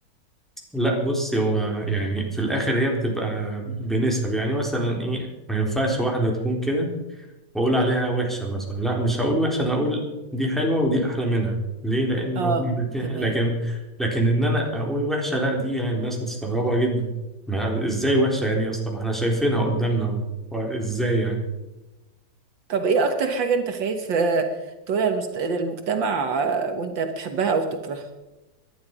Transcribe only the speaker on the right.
اه
تمام
طب ايه اكتر حاجة انت خايف آه، تقولها للمست... للمجتمع آه، وانت بتحبها او بتكرهها